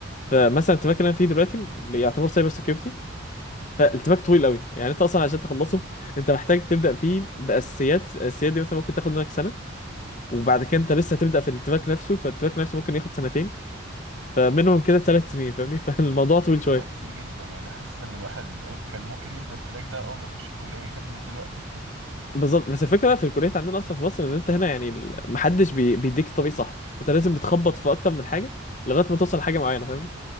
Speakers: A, on the left; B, on the right.
A: فمثلا التراك اللي انا فيه دلوقتي اللي يعتبر سايبر سكيورتي فالتراك طويل قوي يعني انت اصلا عشان تخلصه
B: مم.
A: انت محتاج تبدا فيه باساسيات الاساسيات دي مثلا ممكن تاخد منك سنه وبعد كده انت لسه هتبدا في التراك نفسه فالتراك نفسه ممكن ياخد سنتين فمنهم كده ثلاث سنين فاهمني <laughs> فالموضوع طويل شويه
B: ده كتير جدا يعني حاسس ان الواحد كان ممكن يبدا التراك ده اول ما يخش الكليه <laughs> مش دلوقتي
A: بالظبط بس الفكره بقى في الكليات عندنا اصلا في مصر ان انت هنا يعني ال- محدش بي... بيديك الطريق صح انت لازم بتخبط في اكتر من حاجه لغايه ما توصل لحاجه معينه فاهم